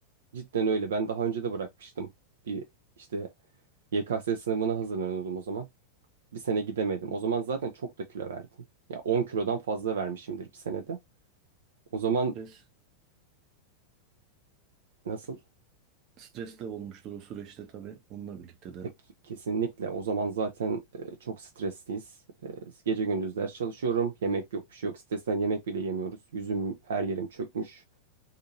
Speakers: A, on the right (about 65°); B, on the right (about 35°).
A: cidden öyle. Ben daha önce de bırakmıştım. Bir işte YKS sınavına hazırlanıyordum o zaman. Bir sene gidemedim.
B: Hı.
A: O zaman zaten çok da kilo verdim. Ya 10 kilodan fazla vermişimdir bir senede. O zaman
B: Stres,
A: nasıl?
B: stres de olmuştur o süreçte tabii onunla birlikte de.
A: E, k- kesinlikle. O zaman zaten e, çok stresliyiz. E, gece gündüz ders çalışıyorum. Yemek yok, bir şey yok. Stresten yemek bile yemiyoruz. Yüzüm, her yerim çökmüş.